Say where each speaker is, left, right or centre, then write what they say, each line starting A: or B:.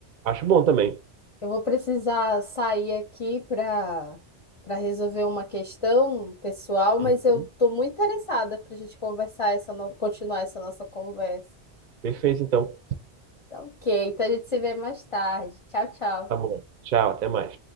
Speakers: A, on the right; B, on the left.
A: Acho bom também.
B: Eu vou precisar sair aqui para para resolver uma questão pessoal, mas
A: Uhum.
B: eu estou muito interessada para a gente conversar essa no- continuar essa nossa conversa.
A: Perfeito, então.
B: Tá ok, então a gente se vê mais tarde. Tchau, tchau.
A: Tá bom. Tchau, até mais.